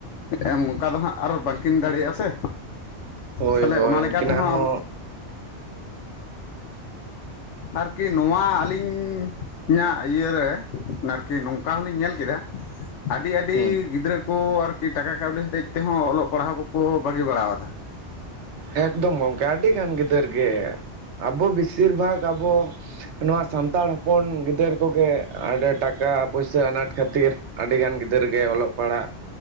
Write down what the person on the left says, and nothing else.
ᱚᱱᱠᱟ ᱫᱚ ᱦᱟᱸᱜ ᱟᱨ ᱵᱟᱝᱠᱤᱱ ᱫᱟᱲᱮᱭᱟᱜᱼᱟ ᱥᱮ
ᱪᱷᱮᱞᱮ
ᱚᱱᱟ ᱞᱮᱠᱟ
ᱛᱮᱦᱚᱸ
ᱟᱵᱚ
ᱟᱨᱠᱤ ᱱᱚᱣᱟ ᱟᱹᱞᱤᱧ ᱧᱟᱜ ᱤᱭᱟᱹ ᱨᱮ ᱱᱟᱨᱠᱤ ᱱᱚᱝᱠᱟ ᱦᱚᱞᱤᱧ ᱧᱮᱞ ᱠᱮᱫᱟ ᱾ ᱟᱰᱤ ᱟᱰᱤ
ᱜᱤᱫᱽᱨᱟᱹ ᱠᱚ ᱟᱨᱠᱤ ᱴᱟᱠᱟ ᱠᱟᱣᱰᱤ ᱦᱚᱛᱮᱡ ᱛᱮᱦᱚᱸ ᱚᱞᱚᱜ ᱯᱟᱲᱦᱟᱣ ᱠᱚᱠᱚ ᱵᱟᱜᱤ ᱵᱟᱲᱟᱣᱫᱟ ᱾